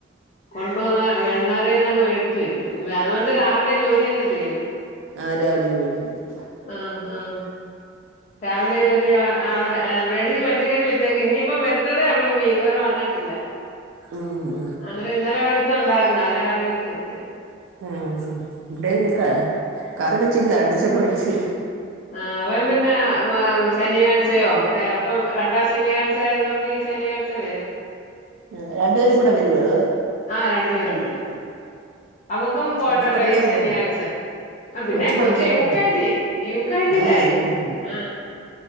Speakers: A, on the left; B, on the right.
A: കൊണ്ട പോന്ന വരുന്നവരെന്നങ്ങ് മേടിച്ചു വെക്കും. അതുകൊണ്ട് രാവിലെ ജോലി അങ്ങ് തീരും.
B: ആ രാവിലെ ജോലിത്തീരും.
A: ആഹ് ആഹ് രാവിലെ ജോലി അവർ വേട വെട്ടി കഴുകി വെച്ചേക്കുക. ഇനിയിപ്പം വരത്തതേ ഉള്ളൂ മീൻ ഇതുവരെ വന്നിട്ടില്ല.
B: ഉം ഹ്
A: അന്നേരം ഇന്നലെ മേടിച്ചതുണ്ടായിരുന്നു അതിനെക്കെറി വെച്ചുവച്ച്
B: ആഹ് ഇവിടെ ഞാൻ കറി വെച്ചില്ല. കണ്ടിച്ചൊക്കെ വെച്ച്.
A: ആഹ് അവൻപിന്നെ ശനിയാഴ്ചയോ അപ്പം രണ്ടാ ശനിയാഴ്ച ആയതകൊണ്ട് ശനിയാഴ്ച വരും.
B: ഉം. രണ്ടു പേരുകൂടെ വരുവോ? അതോ?
A: ആഹ് രണ്ടുപേരും വരും. അവക്കും പോണ്ടല്ലോ
B: കൊച്ച് പഠിക്കാൻ
A: ഈ ശനിയാഴ്ച.
B: പോന്നോ
A: ആ പിന്നെ
B: കൊച്ചു
A: കൊച്ച
B: പഠിക്കാൻ
A: യു
B: പോണോ
A: കെ ജി, യു കെ ജിയിലായി.
B: ആഹ് അത് ശരി
A: ആഹ്